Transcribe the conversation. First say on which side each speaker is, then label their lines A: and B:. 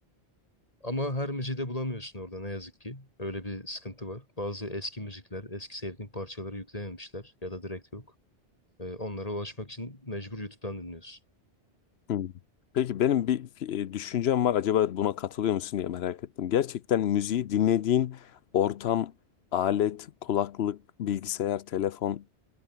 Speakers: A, on the left; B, on the left.
A: Ama her müziği de bulamıyorsun orada ne yazık ki. Öyle bir sıkıntı var. Bazı eski müzikler, eski sevdiğin parçaları yüklememişler ya da direkt yok. Ee, onlara ulaşmak için mecbur YouTube'dan dinliyorsun.
B: Hmm. Peki benim bir fi- e, düşüncem var acaba buna katılıyor musun diye merak ettim. Gerçekten müziği dinlediğin ortam, alet, kulaklık, bilgisayar, telefon